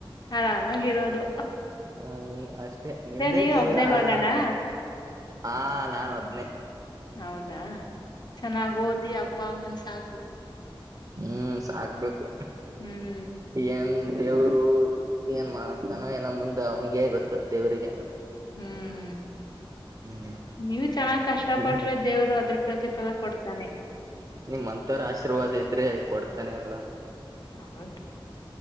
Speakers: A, on the left; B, on the right.
A: ಆರಾಮಾಗಿರೋದು
B: ಹ್ಮ ಅಷ್ಟೇ
A: ಮತ್ತೆ
B: ನಿಮ್ದೇ
A: ನೀನ್
B: ಜೀವನ
A: ಒಬ್ನೇ
B: ಆರಾಮ
A: ಮಗನಾ
B: ಹ ನಾಾನು ಒಬ್ನೇ
A: ಹೌದಾ ಚೆನ್ನಾಗ್ ಓದಿ ಅಪ್ಪಮ್ಮನ ಸಾಕು
B: ಹ್ಮ ಸಾಕ್ಬೇಕು
A: ಹ್ಮ್
B: ಏನ್ ದೇವ್ರು ಏನ್ ಮಾಡ್ತಾನೋ ಏನ ಮುಂದೆ ಅವ್ನಿಿಗೆೇ ಗೊತ್ತು ದೇವ್ರಿಗೆ
A: ಹ್ಮ್
B: ಹ್ಮ್
A: ನೀವು ಚೆನ್ನಾಗ್ ಕಷ್ಟಪಟ್ರೆ
B: ಹ್ಮ್
A: ದೇವರು ಅದ್ರ ಪ್ರತಿಫಲ ಕೊಡ್ತಾನೆ
B: ನಿಮ್ ಅಂತವ್ರ ಆಶೀರ್ವಾದ ಇದ್ರೆ ಕೊಡ್ತಾನೆ ಎಲ್ಲ
A: ಹೌದು